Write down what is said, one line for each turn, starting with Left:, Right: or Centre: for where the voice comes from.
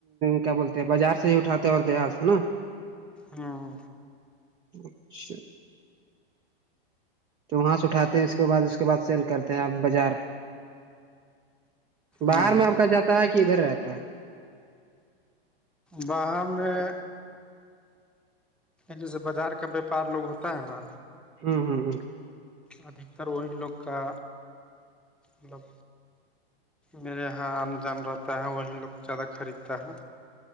Right: کیا بولتے بازار سے ہی اٹھاتے اور دیہات سے ہے نا
Centre: ہاں
Right: اچھا تو وہاں سے اٹھاتے ہیں اس کے بعد اس کے بعد سیل کرتے ہیں آپ بازار باہر
Centre: ہوں
Right: میں آپ کا جاتا ہے کہ ادھر رہتا ہے
Centre: باہر میں جیسے بازار کا بیپار لوگ ہوتا ہے نا
Right: ہوں ہوں ہوں
Centre: ادھتر وہی لوگ کا مطلب میرے یہاں ان جان رہتا ہے وہی لوگ زیادہ خریدتا ہے